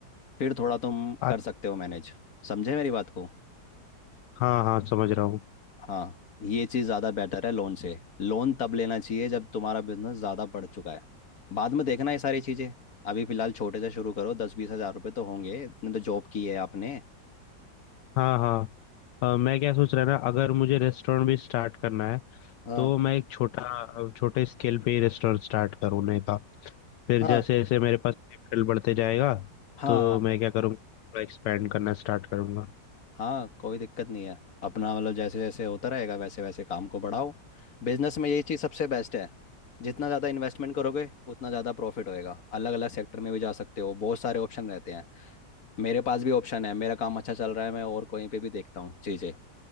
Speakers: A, on the left; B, on the left.
A: फिर थोड़ा तुम
B: अ-
A: कर सकते हो मैनेज समझे मेरी बात को
B: हाँ हाँ समझ रहा हूँ
A: हाँ ये चीज़ ज़्यादा बेटर है लोन से लोन तब लेना चाहिए जब तुम्हारा बिजनेस ज़्यादा बढ़ चुका है बाद में देखना ये सारी चीज़ें अभी फ़िलहाल छोटे से शुरू करो दस बीस हज़ार रुपये तो होंगे इतने तो जॉब की है आपने
B: हाँ हाँ अ, मैं क्या सोच रहा ना अगर मुझे रेस्टोरेंट भी स्टार्ट करना है
A: हाँ
B: तो मैं एक छोटा अ, छोटे स्केल पे ही रेस्टोरेंट स्टार्ट करूँने का फिर
A: हाँ
B: जैसे जैसे मेरे पास कैपिटल बढ़ते जाएगा
A: हाँ
B: तो
A: हाँ।
B: मैं क्या करूँगा थोड़ा एक्सपेंड करना स्टार्ट करूँगा
A: हाँ कोई दिक्कत नहीं है अपना मतलब जैसे जैसे होता रहेगा वैसे वैसे काम को बढ़ाओ बिजनेस में यही चीज़ सबसे बेस्ट है जितना ज़्यादा इन्वेस्टमेंट करोगे उतना ज़्यादा प्रॉफिट होएगा अलग अलग सेक्टर में भी जा सकते हो बहुत सारे ऑप्शन रहते हैं मेरे पास भी ऑप्शन है मेरा काम अच्छा चल रहा है मैं और कहीं पे भी देखता हूँ चीज़ें